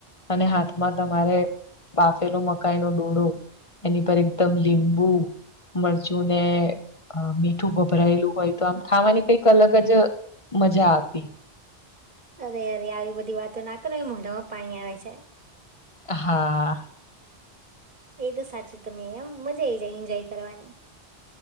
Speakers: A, on the left; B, on the right.
A: અને હાથમાં તમારે બાફેલું મકાઈ ન ડોડું એની પર એકદમ લીંબુ મરચું ને મીઠું ગભરાયેલું હોય તો આમ ખાવાની કઈ અલગ જ મજા આવતી
B: અરે અરે આવી બધી વાતો ના કરો મોઢામાં પાણી આવે છે
A: હા
B: એ તો સાચું તમે એમ મજા આવીઈ જાય એન્જોય કરવાની